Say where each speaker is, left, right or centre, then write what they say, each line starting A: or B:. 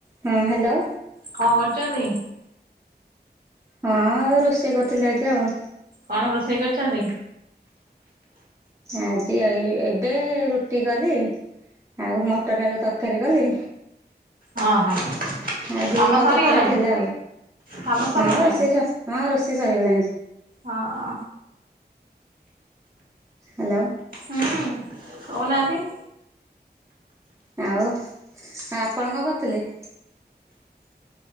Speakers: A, on the right (about 15°); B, on the right (about 55°).
A: ହଁ ହ୍ୟାଲୋ।
B: କଣ କରୁଛନ୍ତି?
A: ହଁ ରୋଷେଇ କରିଥିଲେ ଆଜି ଆଉ।
B: କଣ ରୋଷେଇ କରିଛନ୍ତି?
A: ଆଜି ଆଉ ଏବେ ରୁଟି କଲି। ଆଉ ମଟର ଆଳୁ ତରକାରୀ କଲି।
B: ହଁ ହଁ
A: ଆଉ ଦିହିି
B: କାମ
A: ପହର
B: ସରିଗଲାଣି
A: ତରକାରୀ ଥିଲା ଆଉ।
B: କାମ ସରିଗଲାଣି?
A: ହଁ ରୋଷେଇ ସ ହଁ ରୋଷେଇ ସରିଗଲାଣି।
B: ହଁ ଅ।
A: ହ୍ୟାଲୋ।
B: ହୁଁ କହୁ ନାହାନ୍ତି।
A: ଆଉ ଆପଣ କଣ କରୁଥିଲେ?